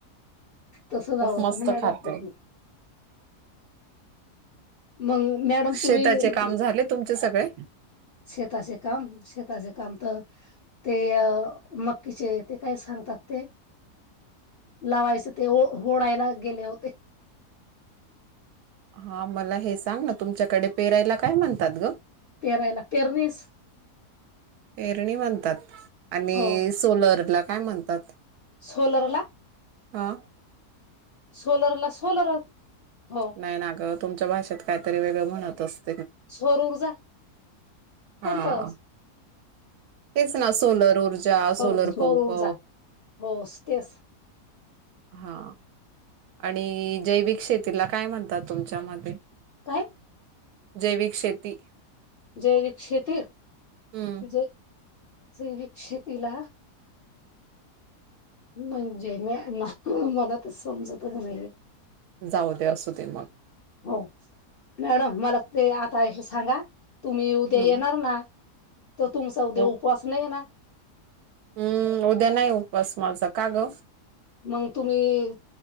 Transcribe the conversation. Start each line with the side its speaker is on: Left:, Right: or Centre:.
Left: तस
Right: खूप
Left: आवडत
Right: मस्त
Left: ना मॅडम
Right: खाते
Left: तु मग मॅडम तुम्ही,
Right: शेताचे काम झाले तुमचे सगळे
Left: शेताचे काम शेताचे काम तर ते मक्कीचे ते काय सांगतात ते लावायचे ते होडायला गेले होते.
Right: हा मला हेच. ना तुमच्याकडे पेरायला काय म्हणतात ग?
Left: पेरायला पेरणीस
Right: पेरणी म्हणतात आणि
Left: हो
Right: सोलर काय म्हणतात?
Left: सोलरला.
Right: हा.
Left: सोलर ला सोलर हो
Right: नाही ना ग तुमच्या भाषेत काहीतरी वेगळं म्हणतं असती
Left: सौरऊर्जा
Right: हा
Left: कोण तसं?
Right: तेच ना सोलर ऊर्जा,
Left: हो
Right: सोलर
Left: सौर
Right: पंप
Left: ऊर्जा हो तेच
Right: हा आणि जैविक शेतीला काय म्हणतात तुमच्या मध्ये?
Left: काय?
Right: जैविक शेती.
Left: जैविक शेती
Right: हम्म
Left: जे विक शेतीला म्हणजे मँम मला ते समजतच नाही ओ.
Right: जाऊ दे असू दे मग.
Left: हो. मॅडम मला ते आ कायही सांगा. तुम्ही उद्या
Right: हम्म
Left: येणार ना? तो तुमचा उद्या
Right: हो
Left: उपवास नाही ना?
Right: हम्म उद्या नाही उपवास माझा का गं
Left: मग तुम्ही